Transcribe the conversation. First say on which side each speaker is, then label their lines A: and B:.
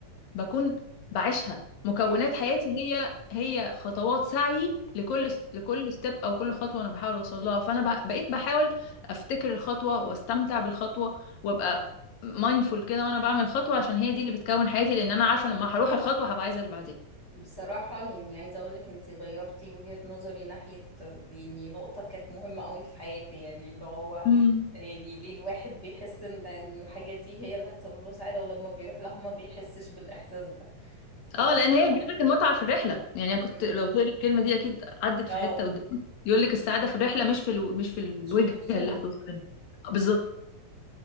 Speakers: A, on the left; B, on the left.
A: بكون بعيشها مكونات
B: مم.
A: حياتي هي هي خطوات سعي لكل
B: مم.
A: لكل ستيب او كل خطوه انا بحاول اوصل لها فانا بح- بقيت بحاول افتكر الخطوه واستمتع بالخطوه وابقى مايندفول كده وانا بعمل الخطوه عشان هي دي اللي بتكون حياتي لان انا عارفه لما هروح الخطوه هبقى عايزه اللي بعدين
B: بصراحة يعني عايزة أقولك أنتي غيرتي وجهة نظري ناحية يعني نقطة كانت مهمة قوي في حياتي يعني اللي هو
A: امم
B: يعني ليه الواحد بيحس إن إن الحاجة دي هي اللي هتسبب له سعادة ولما بيروح لها ما بيحسش بالإحساس ده ف
A: اه لان هي بيقولك المتعه في الرحله يعني أنا كنت
B: مم.
A: لو تقولي الكلمه دي اكيد عدت
B: اه
A: في حته قدامي يقولك السعاده في الرحله مش في الو... مش في الوجهه
B: مش في الوصول
A: اللي هتوصل لها آه، بالظبط